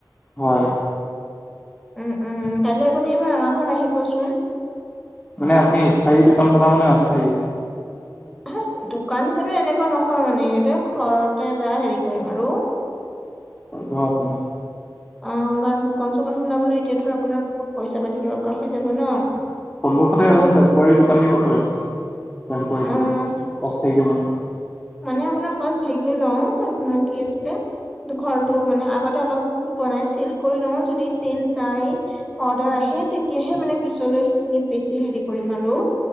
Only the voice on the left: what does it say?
হয়।
মানে আপুনি স্থায়ী দোকান বানাবনে অস্থায়ী?
হলো আপোনাৰ-
সন্মুখতে
এখন টেম্পৰাৰী দোকান দিব পাৰিব টেম্পৰাৰীকে,
অস্থায়ীকে মানে।